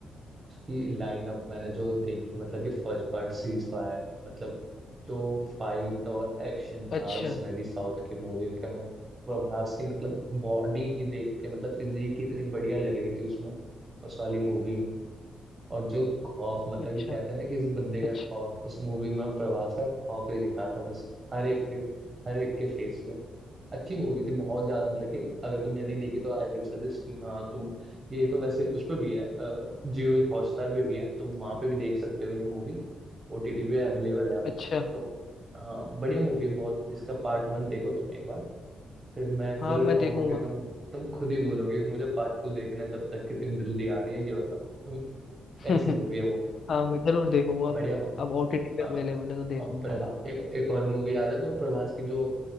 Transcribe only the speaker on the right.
उसकी लाइनअप मैंने जो देखी मतलब कि फर्स्ट पार्ट सीज फायर मतलब जो फाइट और एक्शन था
इसमें भी साउथ की मूवी के मैं प्रभास की मतलब बॉडी ही देख के मतलब फिजिक ही इतनी बढ़िया लग रही थी उसमें उस वाली मूवी में और जो खौफ मतलब
कि कहते हैं ना किसी बंदे का
खौफ उस मूवी में प्रभास का खौफ ही दिखा था बस हर एक के हर एक के फेस पे अच्छी मूवी थी बहुत ज्यादा मतलब कि अगर तुमने नहीं देखी तो आई विल सजेस्ट कि हाँ तुम ये तो वैसे उस पर भी है जियो हॉटस्टार पे भी है तुम वहां पे भी देख सकते हो ये मूवी ओटीटी पे अवेलेबल है अब।
तो हाँ बढ़िया मूवी है बहुत इसका पार्ट वन देखो तुम एक बार फिर मैं
जरूर
कहूंगा
कि तुम तुम खुद ही बोलोगे कि मुझे पार्ट टू देखना है जब तक कि तुम जल्दी आ रही है ये बताओ हम्म,
ऐसी मूवी है वो
बढ़िया ब-
हाँ
और प्रभा एक एक और मूवी याद है तुम्हें प्रभास की जो